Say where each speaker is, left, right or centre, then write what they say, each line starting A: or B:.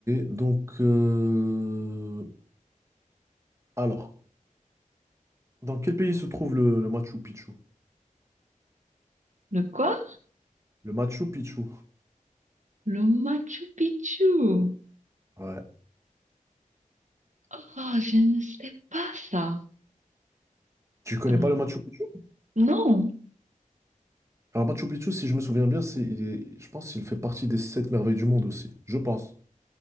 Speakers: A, on the right; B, on the right.
A: donc. euh, Alors. Dans quel pays se trouve le, le Machu Picchu?
B: Le quoi?
A: Le Machu Picchu.
B: Le Machu Picchu.
A: Ouais.
B: Ah, je ne sais pas ça.
A: Tu connais
B: Ah,
A: pas le Machu Picchu?
B: non.
A: Alors Machu Picchu, si je me souviens bien, c'est, il est- je pense qu'il fait partie des sept merveilles du monde aussi. Je pense.